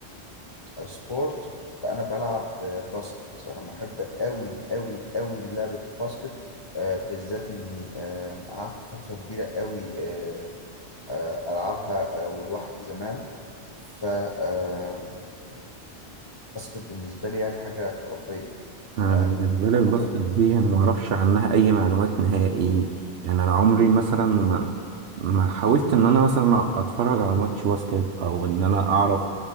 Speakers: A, on the left; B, on the right.
A: سبورت فانا بلعب باسكت انا محب قوي قوي قوي للعبه الباسكت آه، بالذات اني آه، قعدت فتره كبيره قوي آه، آه، العبها آه، ولوحدي زمان فالباسكت بالنسبه لي يعني حاجه خرافيه
B: انا
A: آه،
B: بالنسبه
A: من وجهة
B: لي الباسكت
A: نظري
B: دي انا ما اعرفش عنها اي معلومات نهائي يعني انا عمري مثلا ما ما حاولت ان انا مثلا اتفرج على ماتش باسكت او ان انا اعرف